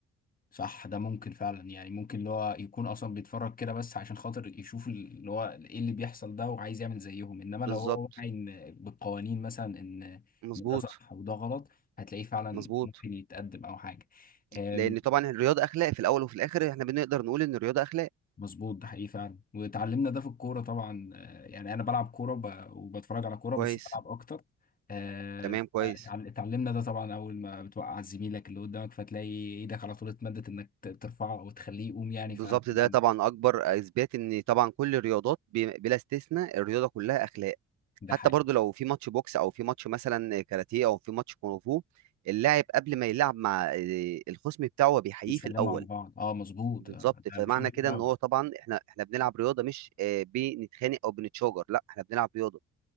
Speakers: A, on the left (about 30°); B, on the right (about 70°).
A: صح ده ممكن فعلا يعني ممكن اللي هو يكون اصلا بيتفرج كده بس عشان خاطر يشوف اللي هو ايه اللي بيحصل ده وعايز يعمل زيهم انما لو
B: بالظبط
A: هو واعي إن- بالقوانين مثلا ان ان
B: مظبوط
A: ده صح وده غلط هتلاقيه فعلا
B: مظبوط
A: ممكن يتقدم او حاجه آمم،
B: لان طبعا الرياضة اخلاق في الاول وفي الاخر احنا بنقدر نقول ان الرياضة اخلاق
A: مظبوط ده حقيقي فعلا واتعلمنا ده في الكوره طبعا آه، يعني انا بلعب كوره وب- وبتفرج على كوره
B: كويس
A: بس بلعب اكتر آه،
B: تمام
A: فتع-
B: كويس
A: اتعلمنا ده طبعا اول ما بتوقع زميلك اللي قدامك فتلاقي ايدك على طول اتمدت انك ت- ترفعه او تخليه يقوم يعني
B: بالظبط
A: فطبعا
B: ده طبعا اكبر اثبات ان طبعا كل الرياضات بي- بلا استثناء الرياضة كلها اخلاق
A: ده
B: حتى
A: حقيقي
B: برضو لو في ماتش بوكس او في ماتش مثلا كاراتيه او في ماتش كونغ فو اللاعب قبل ما يلعب مع آه، الخصم بتاعه هو بيحييه
A: بيسلموا
B: في الاول
A: على بعض اه مظبوط
B: بالظبط
A: آه، انا
B: فمعنى
A: بشوف
B: كده
A: فعلا
B: ان هو طبعا احنا احنا بنلعب رياضه مش آه، بنتخانق او بنتشاجر لا احنا بنلعب رياضه